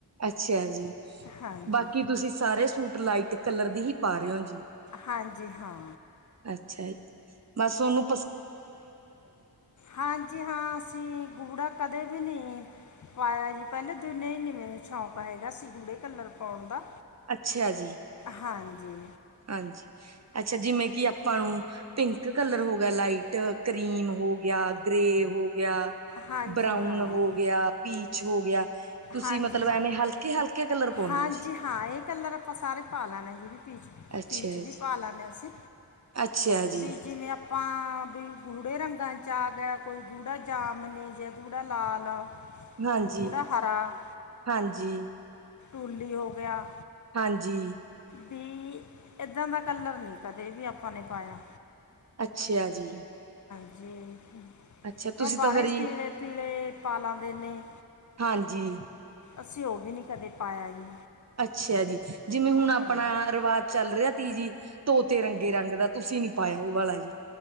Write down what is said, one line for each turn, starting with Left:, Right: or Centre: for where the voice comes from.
Right: ਅੱਛਯਾ ਜੀ।
Left: ਹਾਂਜੀ
Right: ਬਾਕੀ ਤੁਸੀ ਸਾਰੇ ਸੂਟ ਲਾਈਟ ਕੱਲਰ ਦੇ ਹੀ ਪਾ ਰੇ ਓਜੀ।
Left: ਹਾਂਜੀ, ਹਾਂ।
Right: ਅੱਛਾ ਜੀ। ਬਸ ਓਨੂੰ
Left: ਹਾਂਜੀ ਹਾਂ, ਅਸੀਂ ਗੂੜਾ ਕਦੇ ਵੀ ਨਈ। ਪਾਏਆ ਜੀ, ਪੈਲੇ ਦਿਨ ਏ ਨਈ ਮੈਨੂੰ ਸ਼ੌਕ ਹੈਗਾ ਸੀ। ਗੂੜੇ ਕਲਰ ਪੌਣ ਦਾ।
Right: ਅੱਛਯਾ ਜੀ।
Left: ਹਾਂਜੀ
Right: ਹਾਂਜੀ, ਅੱਛਾ। ਜਿਮੇਂ ਕਿ ਆਪਾਂ ਨੂੰ ਪਿੰਕ ਕਲਰ ਹੋ ਗੇਆ ਲਾਈਟ ਕਰੀਮ ਹੋ ਗਿਆ, ਗ੍ਰੇ ਹੋ ਗਿਆ,
Left: ਹਾਂਜੀ
Right: ਬਰਾਊਨ
Left: ਹਾਂ
Right: ਹੋ ਗਿਆ, ਪੀਚ ਹੋ ਗਿਆ। ਤੁਸੀਂ
Left: ਹਾਂਜੀ
Right: ਮਤਲਬ
Left: ਹਾਂ,
Right: ਐਵੇਂ ਹਲਕੇ ਹਲਕੇ ਕਲਰ ਪਾਉਣੇ
Left: ਹਾਂਜੀ
Right: ਹੋ ਜੀ।
Left: ਹਾਂ, ਏ ਕਲਰ ਆਪਾਂ ਸਾਰੇ ਪਾ ਲੈਣੇ।
Right: ਅੱਛਾ
Left: ਪੀਚ ਵੀ
Right: ਜੀ।
Left: ਪਾ ਲੈਂਨੇ ਆਂ ਅਸੀ,
Right: ਅੱਛਾ ਜੀ
Left: ਬੀ ਜੀਮੇ ਆ ਤਾਂ, ਬਈ ਗੂੜੇ ਰੰਗਾਂ ਚ ਆ ਗੇਆ ਕੋਈ ਗੂੜਾ ਜਾਮਨੀ ਜੇ ਗੂੜਾ ਲਾਲ।
Right: ਹਾਂਜੀ,
Left: ਗੂੜਾ ਹਰਾ
Right: ਹਾਂਜੀ।
Left: ਕੁਲੀ ਹੋ ਗੇਆ
Right: ਹਾਂਜੀ।
Left: ਬੀ, ਐਦਾਂ ਦਾ ਕੱਲਰ ਨੀ ਕਦੇ ਵੀ ਆਪਾਂ ਨੇ ਪਾਏਆ।
Right: ਅੱਛਯਾ ਜੀ।
Left: ਜਿਵੇਂ ਕਿ,
Right: ਅੱਛਾ
Left: ਕਈ
Right: ਤੁਸੀਂ
Left: ਬਾਲੇ਼
Right: ਤਾਂ ਫੇਰ
Left: ਪੀਲੇ਼, ਪੀਲੇ਼ ਪਾ ਲੈਂਦੇ ਨੇ।
Right: ਹਾਂਜੀ।
Left: ਅਸੀਂ ਓ ਵੀ ਨੀ ਕਦੇ ਪਾਏਆ ਜੀ।
Right: ਅੱਛਯਾ ਜੀ, ਜਿਮੇਂ ਹੁਣ ਆਪਣਾ
Left: ਹਾਂਜੀ
Right: ਰਵਾਜ਼ ਚੱਲ ਰੇਆ ਤੀ ਜੀ ਤੋਤੇ ਰੰਗੇ ਰੰਗ ਦਾ ਤੁਸੀ ਨੀ ਪਾਏਆ ਓ ਆਲਾ਼ ਜੀ।